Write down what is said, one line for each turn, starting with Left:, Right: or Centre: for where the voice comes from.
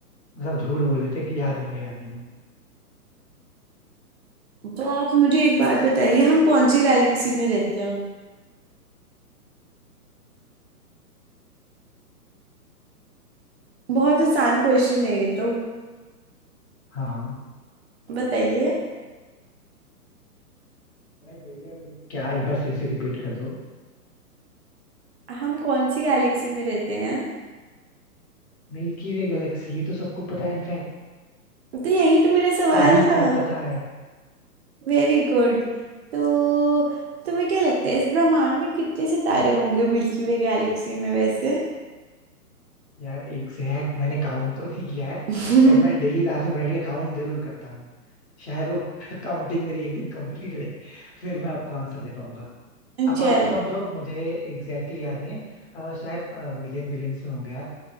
Left: मतलब झूठ बोल रहे थे कि याद नहीं है याद नहीं है
Right: तो आप मुझे एक बात बताइए हम कौन सी गैलेक्सी में रहते हैं बहुत आसान क्वेश्चन है ये तो
Left: हाँ हाँ
Right: बताइए
Left: क्या एक बार फिर से रिपीट कर दो
Right: हम कौन सी गैलेक्सी में रहते हैं
Left: मिल्की वे गैलेक्सी ये तो सबको पता है इनफैक्ट
Right: तो यही तो मेरा सवाल
Left: सभी
Right: था
Left: को पता है
Right: Very good तो तुम्हें क्या लगता है इस ब्रह्मांड में कितने सितारे होंगे मिल्की वे गैलेक्सी में वैसे
Left: यार एग्जैक्ट मैंने काउंट तो नहीं किया है
Right: <laughs>
Left: बट मैं डेली रात में बैठ के काउंट जरूर करता हूँ शायद वो <laughs> काउंटिंग मेरी एक दिन कंप्लीट हो जाए फिर मैं आपको आंसर दे पाऊंगा अपार्ट
Right: चल
Left: फ्रॉम जो मुझे एग्जैक्टली exactly याद नहीं है अ, शायद मिलियन बिलियंस में होंगे यार